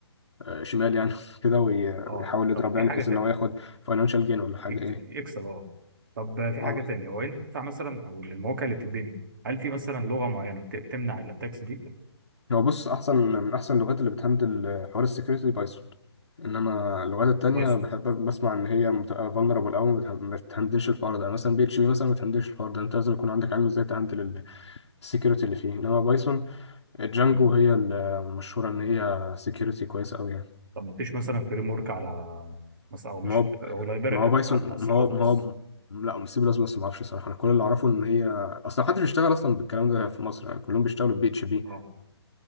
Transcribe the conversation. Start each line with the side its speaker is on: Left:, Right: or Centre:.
Left: آه، شمال يعني <laughs> كده وي-
Right: اه
Left: ويحاول يضرب
Right: طب في
Left: يعني
Right: حاجة
Left: بحيث
Right: تاني
Left: ان هو ياخد فاينانشال جين ولا حاجة
Right: يكت-
Left: ايه
Right: يكسب اه طب في
Left: اه
Right: حاجة تانية هو ينفع مثلا أو المواقع اللي بتتبني هل في مثلا لغة معينة بت- بتمنع الأتاكس دي
Left: هو بص احسن من احسن اللغات اللي بتهندل حوار السكيورتي بايثون انما اللغات التانية
Right: بايثون
Left: بحب بسمع ان هي بتبقى فولنربل قوي ما بتهندلش الحوار ده يعني مثلا بي اتش بي مثلا ما بتهندلش الحوار ده انت لازم يكون عندك علم ازاي تهندل السكيورتي اللي فيه انما بايثون جانجو
Right: م.
Left: هي المشهورة إن هي سكيورتي كويس أوي يعني
Right: طب ما فيش مثلا فريم ورك على مثلا أو مش
Left: ما هو
Right: أو لايبرري
Left: ما هو بايثون
Right: حتى على سي
Left: ما
Right: بلس
Left: هو
Right: بلس
Left: ما هو لا مش سي بلس بلس ما أعرفش صراحة أنا كل اللي أعرفه إن هي أصلا محدش بيشتغل أصلا بالكلام ده في مصر يعني كلهم بيشتغلوا بي اتش بي
Right: اه